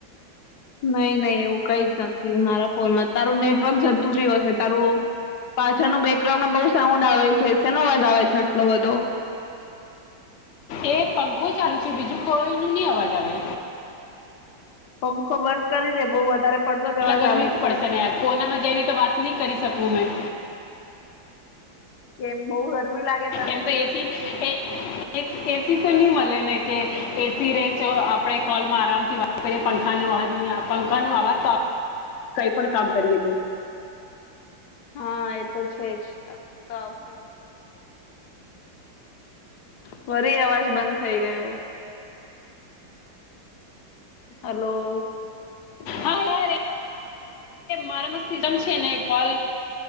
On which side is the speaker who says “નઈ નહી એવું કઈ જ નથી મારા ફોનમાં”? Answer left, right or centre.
Left